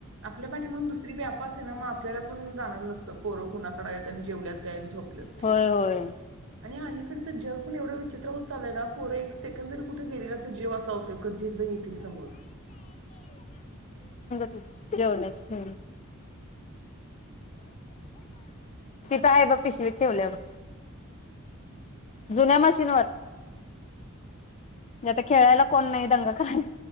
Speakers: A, on the right (about 65°); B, on the left (about 30°).
A: आपल्या पाठी माग दुसरी व्याप असती ना मग आपल्याला पण जानवल नसतं. पोर कुणाकड हायत आणि जेवल्यात झोपल्यात काय.
B: होय होय
A: आणि आ जग पण एवढं विचित्र होत चाललय ना, पोर एक सेकंद जरी कुठ गेले ना त जीव असा होतोय कध दीर्घ घेतील समोर
B: <unintelligible> तिथ आहे बघ पिशवी ठेवल्यात बघ जुन्या मशीनवर आता खेळायला कोण नाही. दंगा काय?